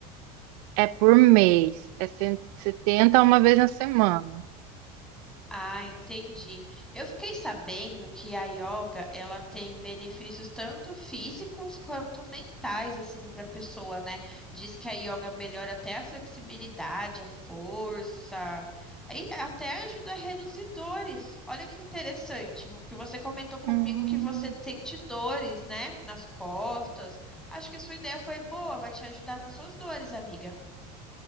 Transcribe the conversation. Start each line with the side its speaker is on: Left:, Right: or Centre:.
Right: É por mês, é cento e setenta uma vez na semana.
Centre: Ah, entendi. Eu fiquei sabendo que a yoga, ela tem benefícios tanto físicos quanto mentais, assim, para a pessoa, né? Diz que a yoga melhora até a flexibilidade, a força, e até ajuda a reduzir dores. Olha que interessante, porque você comentou comigo
Right: Hum.
Centre: que você sente dores, né, nas costas. Acho que a sua ideia foi boa, vai te ajudar nas suas dores, amiga.